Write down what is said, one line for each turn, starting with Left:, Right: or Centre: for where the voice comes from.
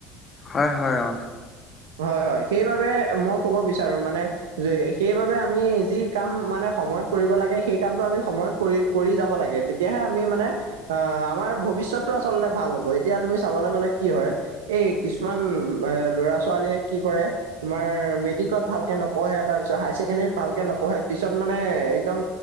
Left: হয় হয় অ।
Right: হয় হয় সেইবাবে মই ক'ব বিচাৰো মানে। যে সেইবাবে আমি যি কাম মানে সময়ত কৰিব লাগে সেই কামটো আমি সময়ত। কৰি কৰি যাব লাগে তেতিয়াহে আমি মানে আমাৰ ভবিষ্যত। টো আচলতে ভাল হ'ব এতিয়া তুমি চাবলৈ গ'লে কি হয়। এই কিছুমান এ লৰা ছোৱালীয়ে কি কৰে। তোমাৰ মেট্ৰিকত ভালকে নপঢ়ে তাৰপিছত হাই ছেকেণ্ডেৰীত ভালকে নপঢ়ে পিছত মানে একদম।